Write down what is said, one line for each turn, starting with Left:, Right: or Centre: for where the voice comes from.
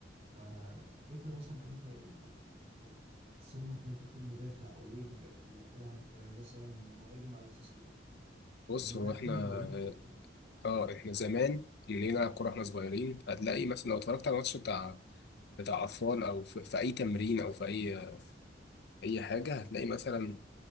Right: فالفكره مثلا انت بت بت بتصنف ان انت تكون مدافع او وينج او ولا بتلعب مثلا مهاجم على اساس ايه
Left: بص
Right: المدرب
Left: هو احنا
Right: ولا انت بيكون
Left: اه
Right: اه
Left: احنا زمان اللي نلعب كورة احنا صغيرين هتلاقي مثلا لو اتفرجت على الماتش بتاع بتاع اطفال او في, في اي تمرين او في اي اي حاجه هتلاقي مثلا